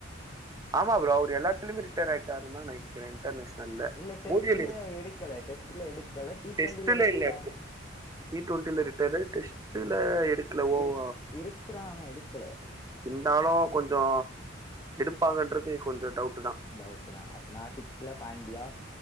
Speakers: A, on the right; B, on the left.
A: ஆமா ப்ரோ அவுரு எல்லாத்துலயுமே ரிட்டயர்டு ஆயிட்டாருந்தா நனைக் கிற இண்டர்நேஷனல்ல
B: இல்ல டெஸ்ட்ல
A: ஓடியேல்லருக்
B: எடுக்கல டெஸ்ட்ல எடுக்கல டி
A: டெஸ்ட்டுலேல்ல
B: டுவெண்டில ரிட்டேர்ட் ஆன
A: டி டுவெண்ட்டில ரிட்டயர்டு டெஸ்ட்டுல இருக் க்ல ஓவ
B: இரு இருக்கிறான் ஆனா எடுக்கல
A: இருந்தாலு கொஞ்சோ இருப்பாங்கன்றதே கொஞ்சோ டவுட்டு தா
B: டவுட்டு தா அப்பனா சிக்ஸ்ல பாண்டியா